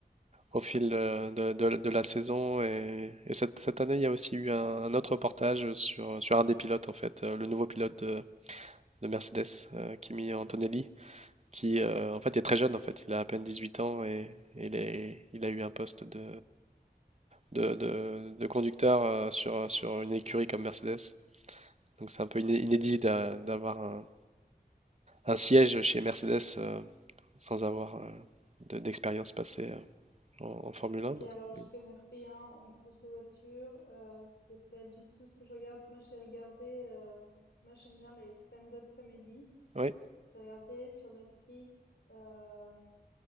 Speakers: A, on the right (about 40°); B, on the left (about 80°).
A: au fil euh, de, de- de la saison. Et, et cette, cette année, il y a aussi eu un, un autre reportage sur, sur un des pilotes, en fait, euh, le nouveau pilote de, de Mercedes, euh, Kimi Antonelli, qui euh, en fait est très jeune, en fait, il a à peine 18 ans et, et il est- il a eu un poste de, de, de- de conducteur euh, sur, sur une écurie comme Mercedes. Donc c'est un peu iné-
B: Ok.
A: inédit d'a- d'avoir un un siège chez Mercedes euh, sans avoir euh, de- d'expérience passée euh, en, en Formule
B: Ok,
A: 1. Donc,
B: alors j'y
A: c'est-
B: connais rien en course de voiture, euh, c'est pas du tout ce que je regarde. Moi j'ai regardé, euh, moi j'aime bien les stand-up comedy.
A: euh, ouais.
B: J'ai regardé sur Netflix, euh,